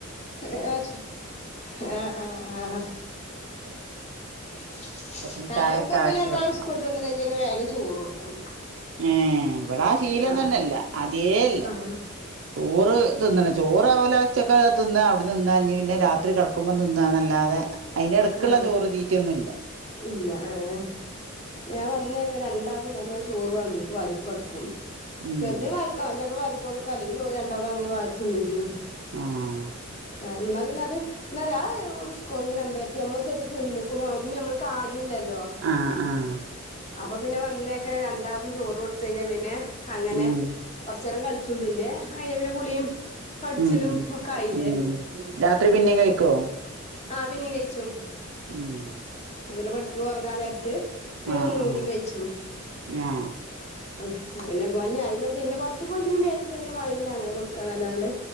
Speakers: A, on the left (about 35°); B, on the right (about 70°).
A: ആഹ് ആഹ് ആഹ് <unintelligible>
B: അപ്പോത്തിന് ചായയൊക്കെ
A: എന്തേലും
B: ആക്കി
A: ഉണ്ടായാൽ
B: വെക്കണം
A: സ്‌കൂൾ വിട്ട് വന്ന് കഴിഞ്ഞ് ഇങ്ങനെ വേഗം ചോറ് കൊടുക്കും
B: ഏ ഇവിടാ ശീലം
A: ആഹ്
B: തന്നെയല്ല അതേ അല്ല
A: ആഹ്
B: ചോറ് തിന്നണ ചോറാവലച്ചക്കെ ന്ന് അവിടെ നിന്നാഞ്ഞഞ് പിന്നെ രാത്രി കിടക്കുമ്പോ തിന്നാ നല്ലാതെ അയിന്റെടുക്കുള്ള
A: ആഹ്
B: ചോറ് തീറ്റിയൊന്നുമില്ല
A: ഇല്ല ഏഹ് ഞാൻ വന്നേക്കനെ രണ്ടാക്കും തന്നെ ചോറ് വിലമ്പി വാരി കൊടുക്കും
B: ഉം
A: ചെറുതിയ വാരക്കെ ചിലപ്പോ വാരി കൊടുക്കും അല്ലെങ്കിൽ ഓര് രണ്ടാലും അങ്ങനെ വാരി തിന്നുകയും ചെയ്യും
B: ആഹ്
A: ആ എന്നാ പിന്നെ അത് എന്നന്നരാ ഉസ്കോ ഒന്ന് രണ്ടു പറ്റി നമ്മൾ ശരിക്കും തിന്നക്കണോ ഒന്നും നമ്മള് കാണില്ലല്ലോ
B: ആഹ് ആഹ്
A: അപ്പൊ പിന്നെ വന്നേക്കനെ രണ്ടാക്കും ചോറ് കൊടുത്തു കഴിഞ്ഞാൽ പിന്നെ അങ്ങനെ
B: ഉം
A: കൊറച്ച് നേരം കളിച്ച- കളിച്ചുംപിന്നെ അയി പിന്നെ കുളിയും പഠിച്ചിലും
B: ഉം
A: ഒക്കെ ആയില്ലേ
B: ഉം ഉം രാത്രി പിന്നേയും കഴിക്കോ
A: ആ പിന്നിം കഴിച്ചും
B: ഉം
A: അങ്ങനെ പഠിക്കോ ഉറങ്ങാൻ നേരത്ത് പിന്നെ
B: ആഹ്
A: ഒന്നും
B: ആഹ്
A: കൂടി കഴിച്ചും
B: ആഹ്
A: അ പിന്നെ പിന്നെ പുറത്തു പോയി കഴിഞ്ഞാ ബേക്കറി എന്തെങ്കിലും വാങ്ങി പിന്നെ അങ്ങനെ കൊടുക്കാ എന്നല്ലാണ്ട്